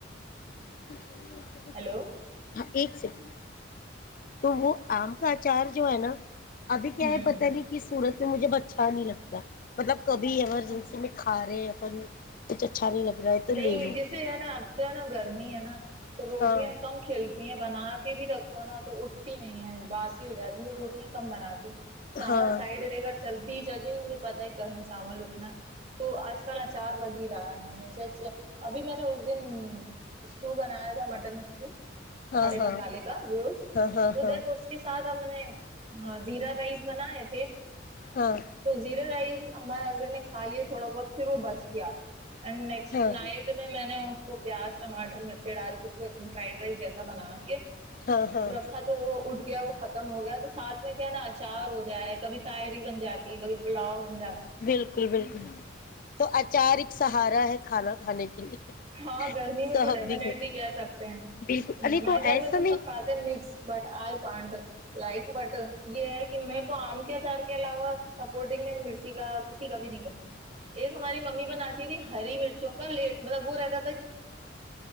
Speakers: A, on the left (about 45°); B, on the right (about 35°).
A: جچ <unintelligible>
B: ہیلو
A: ہاں ایک سیکنڈ تو وہ آم کا اچار جو ہے نا ابھی کیا
B: ہوں
A: ہے پتا نہیں کہ سورت میں مجھے ب چھ نہیں لگتے <unintelligible> مطلب کبھی ایمرجنسی
B: ایسا
A: میں کھا رہے ہیں اپن کچھ اچھا نہیں لگ رہا ہے تو لے
B: نہیں
A: لو
B: جیسے ہے نا اب تو ہے نا گرمی ہے نا تو روٹیاں
A: ہاں
B: کم کھیلتی بنا کے بھی رکھو نا تو اٹھتی نہیں ہے باس ہو جاتی تو روٹیاں کم بناتی ہ چاول
A: ہاں
B: سائڈ دے کر چلتی جب بھی مجھے پتا ہے گھر میں چاول اٹھنا ہے تو آج کل اچار لگ ہی رہا ہے ہمیں چ اچ ابھی میں نے اس دن اسٹو بنایا تھا مٹن اسٹو
A: ہاں
B: کھڑے
A: ہاں
B: مسالے کا گوشت
A: ہاں
B: تو
A: ہاں
B: دین اس کے ساتھ سمج <unintelligible> ہاں زیرا رائس بناائے تھے
A: ہاں
B: تو زیرا رائس ہمارے البر نے کھا لیے تھوڑا بہت پھر وہ بچ گیا <unintelligible>
A: ہاں
B: نائٹ میں میں نے <unintelligible> اس کو پیاز ٹاٹر مرچ ڈال کے اس کو ایکم فرائڈ رائس جیسا بنا <unintelligible>
A: ہاں ہاں ہاں
B: رکھا تو وہ اٹ <unintelligible> وہ ختم ہو گیا تو ساتھ میں کیا ہے نا اچار ہو جا ہے کبھی تائری بن جاتی ہے کبھی پلاؤ بن <unintelligible>
A: بالکل بالکل <unintelligible> تو آچارک سہارا ہے کھانا کھانے کے لیے <unintelligible>
B: ہاں گرمی میں
A: صاحب
B: تو ڈیفینٹلی
A: دیکھو
B: کہہ سکتے ہیں
A: بالکل ارے
B: ہمارے گھر
A: ایسا
B: میں تو
A: نہیں
B: سب کھاتے ہیں mix but I can't <unintelligible> like but یہ ہے کہ میں کو آم <unintelligible> اچار کے علاوہ سپورٹنگ میں مرچی کا کسی کا بھی نہیں پسند <unintelligible> ایک ہماری ممی بناتی تھی ہری مرچوں کا لیٹ <unintelligible> مطب وہ رہا <unintelligible>